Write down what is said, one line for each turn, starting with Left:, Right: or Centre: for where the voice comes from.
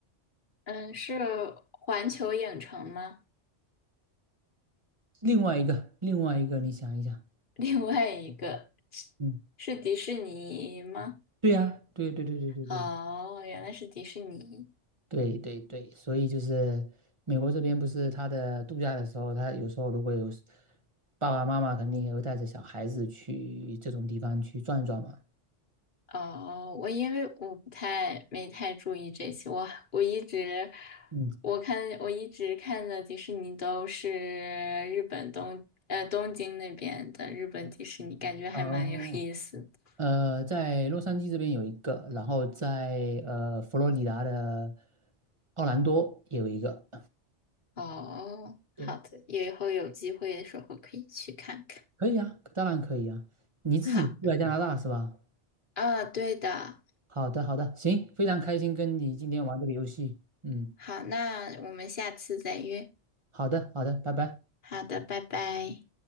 Left: 嗯，是环球影城吗？
Right: 另外一个，另外一个，你想一想，
Left: 另外一个是是迪士尼吗？
Right: 嗯，对呀，对对对对对对
Left: 哦，原来是迪士尼。
Right: 对对对对，所以就是美国这边不是他的度假的时候，他有时候如果有爸爸妈妈肯定也会带着小孩子去这种地方去转转嘛。
Left: 哦，我因为我不太没太注意这些，我我一直
Right: 嗯。
Left: 我看我一直看的迪士尼都是日本东呃东京那边的日本迪士尼，感觉还蛮有意思的。
Right: 哦，呃，在洛杉矶这边有一个，然后在呃佛罗里达的奥兰多也有一个，
Left: 哦，好的，
Right: 对，
Left: 以后有机会的时候可以去看看。
Right: 可以啊，当然可以啊。你自己住在加拿大是吧？
Left: 好，哦，对的，
Right: 好的，好的，行，非常开心跟你今天玩这个游戏，嗯，
Left: 好，那我们下次再约。
Right: 好的，好的，拜拜。
Left: 好的，拜拜。